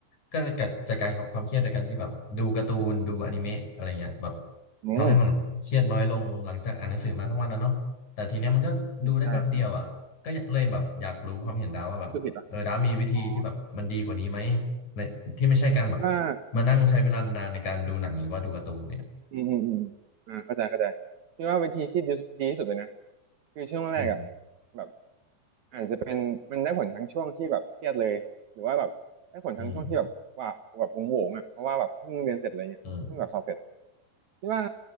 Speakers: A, on the left; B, on the right.
A: ก็จะจัดจัดการกับความเครียดโดยการที่แบบดูการ์ตูนดูอนิเมะอะไรเงี้ยแบบ
B: อืม
A: ทำให้มันเครียดน้อยลงหลังจากอ่านหนังสือมาทั้งวันนะเนาะแต่ทีเนี้ยมันก็ดูได้แป๊บเดียวอะก็เลยแบบอยากรู้ความเห็นดาฟว่าแบบ
B: อืมใช่ใช่รู้สึกผิดป่ะ
A: เออดาฟมีวิธีที่แบบมันดีกว่านี้ไหม
B: อ๋อ
A: ในที่ไม่ใช่การแบบ
B: ว่า
A: มานั่งใช้เวลานานในการดูหนังหรือว่าดูการ์ตูนเนี่ย
B: อืมอืมอืมอ่าเข้าใจเข้าใจคิดว่าวิธีที่ดีดีที่สุดเลยนะคือช่วงแรกอ่ะ
A: อืม
B: แบบอาจจะเป็นมันได้ผลทั้งช่วงที่แบบเครียดเลยหรือว่าแบบได้ผลทั้งช่วงที่แบบว่าแบบโหวงๆอ่ะเพราะว่าแบบเพิ่งเรียนเสร็จอะไรเงี้ยเพิ่งแบบสอบเสร็จ
A: อืมอืม
B: คิดว่า